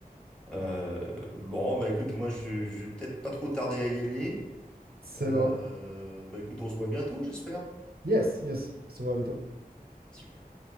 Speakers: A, in the centre; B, on the right.
A: Euh, bon, bah écoute, moi, je, je vais peut-être pas trop tarder à y aller.
B: C'est
A: Euh,
B: bon.
A: bah écoute, on se voit bientôt, j'espère.
B: Yes, yes, on se voit bientôt.
A: Super.